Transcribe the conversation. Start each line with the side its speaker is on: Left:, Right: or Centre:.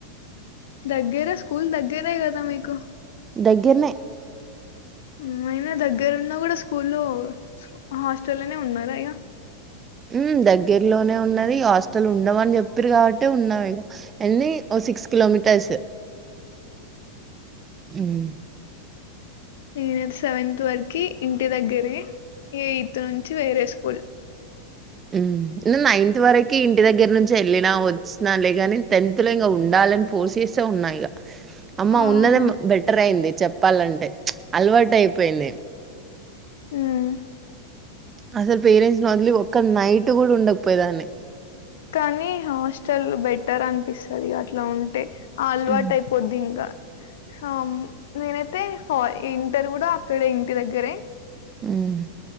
Left: దగ్గరా స్కూల్ దగ్గరే గదా మీకు
Right: దగ్గర్నే
Left: ఉ అయినా దగ్గరున్న కూడా స్కూల్లు హాస్టల్నే ఉన్నారా ఇగా
Right: ఉ దగ్గరలోనే ఉన్నది ఇగ హాస్టల్ల ఉండమని చెప్పిరి కాబట్టే ఉన్నాం ఇగ ఎన్నీ వస్ సిక్స్ కిలోమీటర్స్ హుమ్మ్
Left: నేను సెవెన్త్ వర్ కి ఇంటి దగ్గరే ఎయిత్ నుంచి వేరే స్కూల్
Right: ఉమ్ నే నైన్త్ వరకి ఇంటి దగ్గర నుంచి వెళ్ళినా వచ్చు నాన్లేగాని టెన్త్ లో ఇంగ ఉండాలని ఫోర్స్ చేస్సా ఉన్నా ఇగ అమ్మ
Left: ఆహా!
Right: ఉన్నదేమో బెటర్ అయింది చెప్పాలంటే ప్చ్ అలవాటు అయిపోయింది
Left: హ్మ్
Right: అసలు పేరెంట్స్ ని వదిలి ఒక్క నైటు కూడా ఉండకపోయేదాన్ని
Left: కానీ హాస్టల్ బెటర్ అనిపిస్సది అట్ల ఉంటే ఆల్వాటు
Right: హ్మ్.
Left: అయిపోద్ది ఇంగా హమ్ నేనైతే హా ఇంటర్ కూడా అక్కడే ఇంటి దగ్గరే
Right: ఉమ్మ్